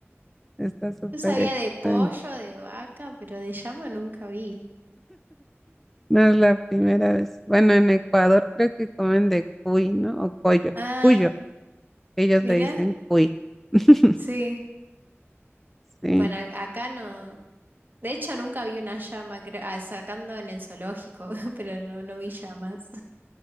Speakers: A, in the centre; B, on the right.
A: <laughs> está súper
B: Yo sabía
A: extraño.
B: de pollo, de vaca, pero de llama nunca vi.
A: No es la primera vez. Bueno, en Ecuador creo que comen de cuy, ¿no? O collo,
B: Ah,
A: cuyo, ellos
B: mirá,
A: le dicen cuy. <laughs>
B: sí.
A: Sí,
B: Bueno, a- acá no. De hecho, nunca vi una llama, creo, ah, sacando en el zoológico, <laughs> pero no, no vi llamas.